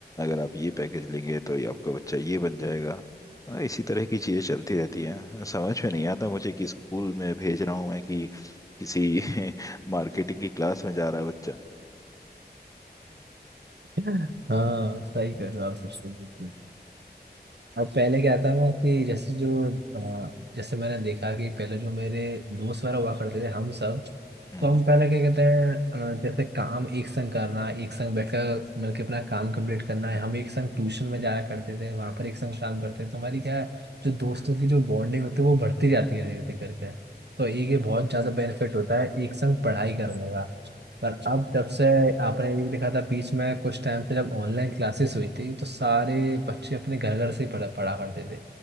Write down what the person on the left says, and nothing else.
अगर आप ये पैकेज लेंगे तो ये आपका बच्चा ये बन जाएगा हाँ इसी तरह की चीजें चलती रहती हैं समझ में नहीं आता मुझे कि स्कूल में भेज रहा हूँ मैं कि किसी <laughs> मार्केटिंग की क्लास में जा रहा है बच्चा
हम्म